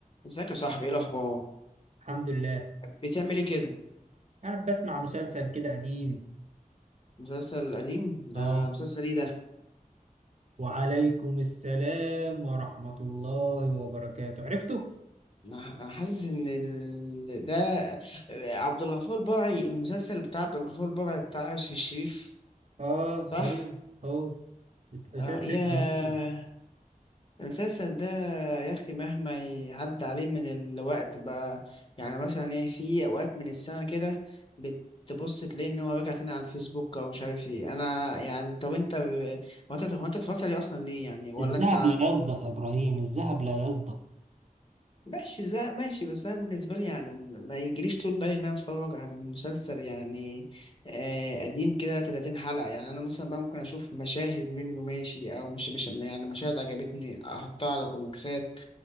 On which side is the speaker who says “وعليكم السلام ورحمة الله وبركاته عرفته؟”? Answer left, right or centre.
Right